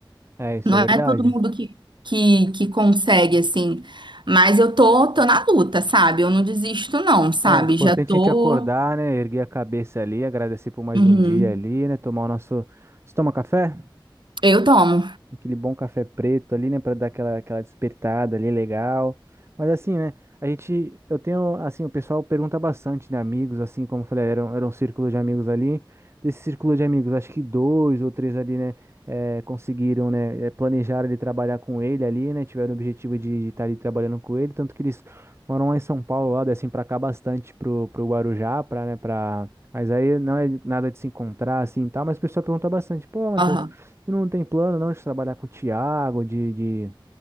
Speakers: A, on the right (about 30°); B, on the right (about 65°).
A: É, é, isso
B: Não
A: é
B: é
A: verdade.
B: todo mundo que, que, que consegue assim. Mas eu tô, tô na luta, sabe? Eu não desisto, não, sabe?
A: É importante
B: Já tô.
A: a gente acordar, né? Erguer a cabeça ali, agradecer por mais
B: Uhum.
A: um dia ali, né? Tomar o nosso. Você toma café?
B: Eu tomo.
A: aquele bom café preto ali, né, para dar aquela aquela despertada ali legal. Mas assim, né, a gente eu tenho assim, o pessoal pergunta bastante, né, amigos, assim, como eu falei, era, um- era um círculo de amigos ali. Desse círculo de amigos, acho que dois ou três ali, né, eh, conseguiram, né, eh, planejaram ele trabalhar com ele ali, né, tiveram o objetivo de estar ali trabalhando com ele, tanto que eles moram lá em São Paulo, lá descem pra cá bastante pro pro Guarujá, pra, né, pra Mas aí não é nada de se encontrar assim, e tal, mas o pessoal pergunta bastante, pô, Matheus,
B: Aham.
A: Tu não tem plano, não, de trabalhar com o Thiago, de, de,